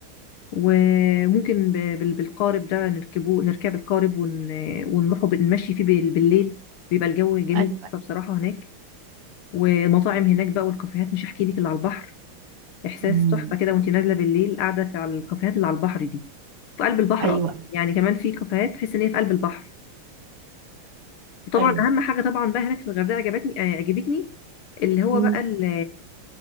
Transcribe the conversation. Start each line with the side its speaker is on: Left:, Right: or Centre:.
Left: وممكن ب- بال- بالقارب ده نركبه نركب القارب ون- ونروحوا بال- نمشي فيه بال- بالليل بيبقى الجو جميل
Right: ايوه
Left: جدا بصراحه هناك والمطاعم هناك بقى والكافيهات مش هحكي لك اللي على البحر احساس
Right: امم
Left: تحفه كده وانت نازله بالليل قاعده في على الكافيهات اللي على البحر دي في قلب البحر
Right: ايوه
Left: أصلاً.
Right: ايوه
Left: يعني كمان في كافيهات تحس ان هي في قلب البحر وطبعا
Right: ايوه
Left: اهم حاجه طبعا بقى هناك في الغردقه عجبتني آه، عجبتني اللي هو
Right: امم
Left: بقى ال-